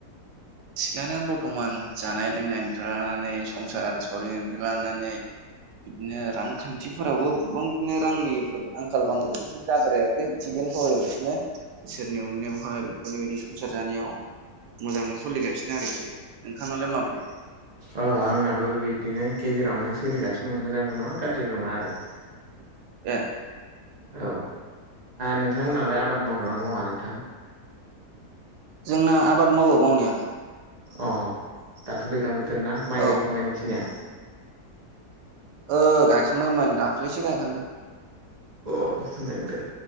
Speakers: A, on the right; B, on the right.
A: थिगानो बर्थ'मान जानाय लोंनायनिफ्राय लानानै संसार सलिनायनिफ्राय लानानै। बिदिनो रांखान्थिफोरावबो गोबां बिदिनो रांनिफोर आंखाल बांद्राय बिदिनो जाद्रायाखै। थिगैनो सावरायगासिनो इसोरनि अननायावहाय बेफोरनिबायदि संसार जानायाव मोजां बिनो आरोखि नोंथांनालाय माब्रै?
B: अ आंनाबो बिदिनो गेजेरावनो सोलिगासिनो दं मोजांबो नङा गाज्रिबो नङा आरो।
A: ए
B: औ ओ नोंथांमोनालाय आबाद मावगोन ना मावा नोंथां?
A: जोंना आबाद मावो मावनायालाय।
B: अ दाथ' दैलां बोथोर ना माइ गायखांबाय
A: औ
B: नोंसिनिया?
A: ओ गायखांबायमोन दाख्लिसो गायखांदों।
B: अ मोजां दे